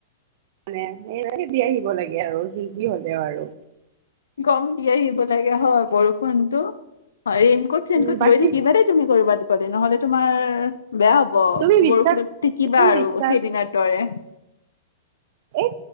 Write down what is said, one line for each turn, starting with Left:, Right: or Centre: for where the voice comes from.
Right: মানে সে দি আহিব লাগে আৰু যুঁজি হ'লেও আৰু
Left: গ'ম দি আহিব লাগে হয় বৰষুণতটো হয় ৰেইনকোট চেইনকোট
Right: উম বাকী
Left: লৈ থাকিবা দেই তুমি কৰিবা দহদিন নহ'লে তোমাৰ বেয়া হ'ব
Right: তুমি বিশ্বাস
Left: বৰষুণত টিকিবা
Right: তুমি
Left: আৰু
Right: বিশ্বাস
Left: সেইদিনত দৰে।
Right: এক